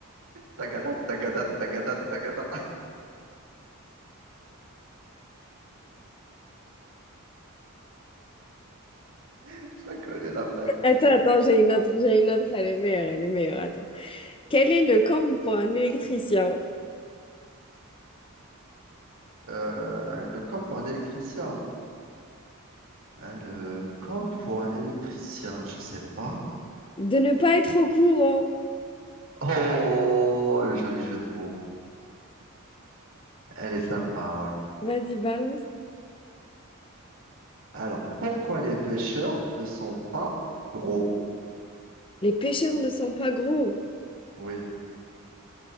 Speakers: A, on the right; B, on the left.
A: Tagada, tagada, tagada, tagada. <laughs> Je la connais, la blague.
B: Attends, attends, j'ai une autre, j'ai une autre. Elle est meilleure, elle est meilleure. Attends. Quel est le comble pour un électricien?
A: Euh, le camp pour un électricien. Hein, le camp pour un électricien, je sais pas.
B: De ne pas être au courant.
A: Oh, le joli jeu de mots. Elle est sympa, ouais.
B: Vas-y, balance.
A: Alors, pourquoi les pêcheurs ne sont pas gros?
B: Les pêcheurs ne sont pas gros.
A: Oui.